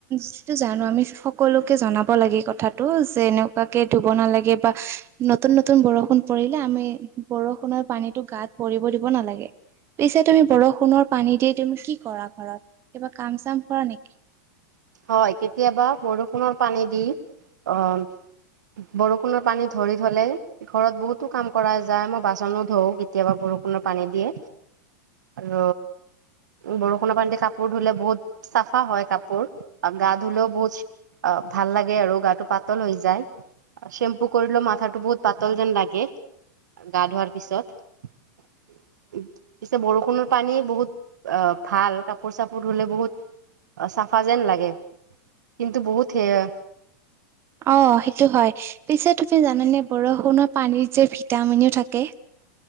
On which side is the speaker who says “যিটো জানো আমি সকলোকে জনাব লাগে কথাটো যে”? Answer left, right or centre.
Right